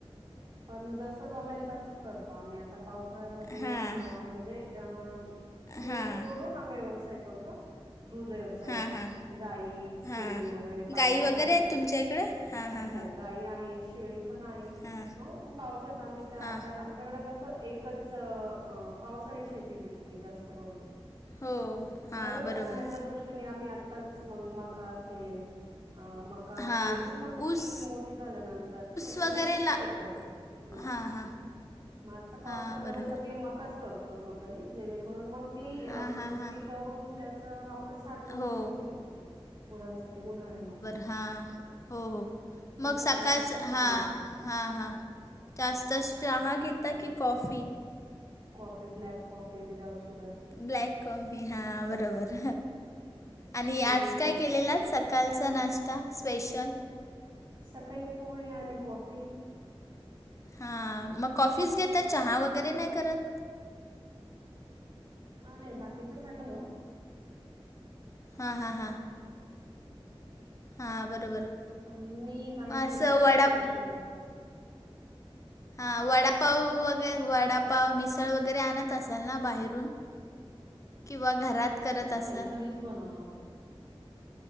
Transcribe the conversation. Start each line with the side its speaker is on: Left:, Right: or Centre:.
Right: पण जस जमेल तसं करतो आम्ही, आता पावसाळ्यामध्ये
Left: हां,
Right: अ म्हणजे अ शेती
Left: हां,
Right: जोडून आम्ही व्यवसाय करतो, दूध व्यवसाय
Left: हां, हां,
Right: गाई,
Left: हां.
Right: शेळी वगैरे पालन
Left: गाई वगैरे
Right: आहे.
Left: आहेत तुमच्या इकडे? हां, हां,
Right: हो,
Left: हां,
Right: गाई आहेत, शेळी पण आहेत
Left: हां,
Right: मग पावसात आम्ही त्या
Left: हां.
Right: आता आमच्याकडं कस एकच पावसाळी शेती पिकते जास्त करून.
Left: हो, हां,
Right: मग उन्हाळ्याच्या
Left: बरोबर.
Right: दृष्टी दृष्टीने आम्ही आताच म- मका असेल अ मका
Left: हां,
Right: पेरून मग
Left: ऊस
Right: ती मोठी झाल्या नंतर, नाही
Left: वगैरे
Right: ऊस
Left: ला
Right: नाही करत
Left: उ-
Right: नाही.
Left: हां, हां,
Right: म आता पावसाळ्या
Left: हां, बरोबर.
Right: मध्ये सगळी मकंच करू टोटली जेणेकरून मग ती
Left: हां, हां,
Right: कुट्टी
Left: हां.
Right: करून त्याच आपण साठवून
Left: हो,
Right: ठेवू शकतो, गुरांसाठी उन्हाळ्या मध्ये.
Left: हा हो हो मग
Right: चारा
Left: सकाळचं
Right: प्रश्न सुटून
Left: हा
Right: जातो
Left: हा हा जास्त अस चहा घेता की coffee
Right: coffee black coffee without sugar.
Left: Black coffee हा बरोबर आणि
Right: हम्म
Left: आज काय केलेलं स? कालचा नाश्ता स्पेशल?
Right: सकाळी पोहे आणि कॉफी.
Left: हा, मग कॉफी च घेत चहा वगैरे नाही करत?
Right: अ नाही बाकीच्या साई हॅलो!
Left: हा हा हा. हा, बरोबर.
Right: पण मी नाही,
Left: मग
Right: घेत
Left: असं
Right: शक्यतो
Left: वडा
Right: शुगर
Left: हा, वडापाव वगैर वडा पाव मिसळ वगैरे आणत असाल, ना बाहेरून किंवा घरात? करत असाल?
Right: नाही घरीच बनवतो.